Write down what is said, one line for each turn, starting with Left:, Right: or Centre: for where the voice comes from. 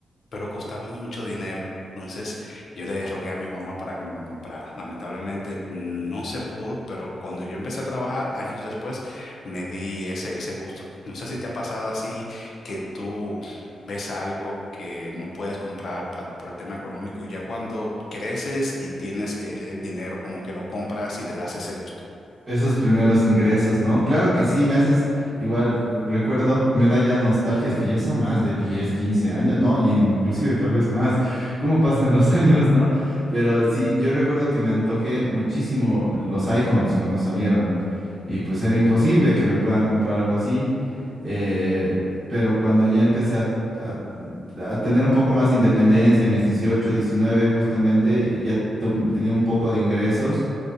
Left: pero costaba mucho dinero. Entonces yo le rogué a mi mamá para que me lo comprara. Lamentablemente no se pudo, pero cuando yo empecé a trabajar años después, me di ese, ese gusto. No sé si te ha pasado así que tú ves algo que no puedes comprar pa- por el tema económico y ya cuando creces y tienes eh, el dinero, como que lo compras y te das ese gusto.
Right: Esos primeros ingresos, ¿no? Claro que sí, me haces igual, eh, recuerdo, y me da ya nostalgia, es que ya son más de 10, 15 años, ¿no? Y inclusive tal vez más, cómo pasan los <laughs> años, ¿no? Pero sí, yo recuerdo que me antojé muchísimo los iPhones cuando salieron. y pues era imposible que me puedan comprar algo así. Eh, pero cuando ya empecé a, a- a tener un poco más de independencia, a mis dieciocho diecinueve justamente, ya tu- tenía un poco de ingresos